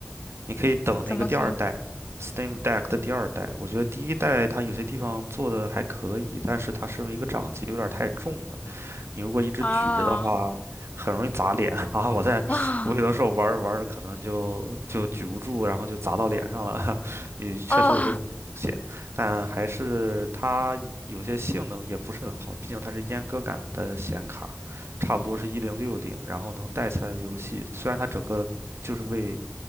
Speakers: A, on the right (about 90°); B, on the left (about 35°).
A: 你可以等那个第二代
B: 怎么说
A: Steam Deck 的第二代。我觉得第一代它有些地方做的还可以，但是它身为一个掌机有点儿太重了。你如果一直举着的话，
B: 啊
A: 很容易砸脸 <laughs> 啊！我在，
B: 啊
A: 我有的时候玩着玩着可能就就举不住，然后就砸到脸上了，<laughs> 也确实有这种风险。
B: 啊？
A: 但还是它有些性能也不是很好，毕竟它是阉割感的显卡，差不多是一零六零，然后能带起来的游戏，虽然它整个就是为